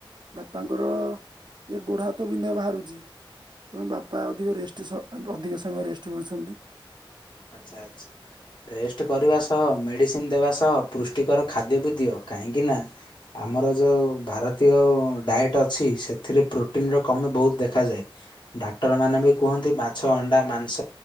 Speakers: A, on the right; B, on the left.
A: ବାପାଙ୍କର ଟିକେ ଗୋଡ ହାତ ବିନ୍ଧା ବାହାରୁଚି। ତେଣୁ ବାପା ଅଧିକ ରେଷ୍ଟ ସ ଅଧିକ ସମୟ ରେଷ୍ଟ କରୁଛନ୍ତି।
B: ଆଚ୍ଛା ଆଚ୍ଛା। ରେଷ୍ଟ କରିବା ସହ ମେଡିସିନ ଦେବା ସହ ପୁଷ୍ଟିକର ଖାଦ୍ୟ ବି ଦିଅ କାହିଁକି ନା ଆମର ଯୋଉ ଭାରତୀୟ ଡାଏଟ ଅଛି ସେଥିରେ ପ୍ରୋଟିନ ର କମି ବହୁତ ଦେଖାଯାଏ। ଡାକ୍ତର ମାନେ ବି କୁହନ୍ତି ମାଛ, ଅଣ୍ଡା, ମାଂସ